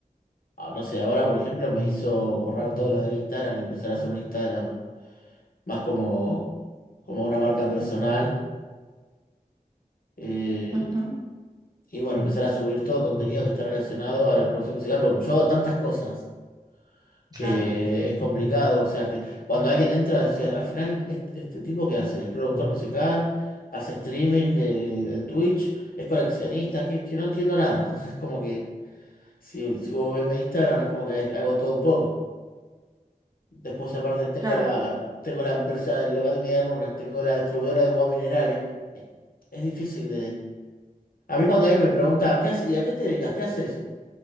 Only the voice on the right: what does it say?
ujú.
Claro,
claro.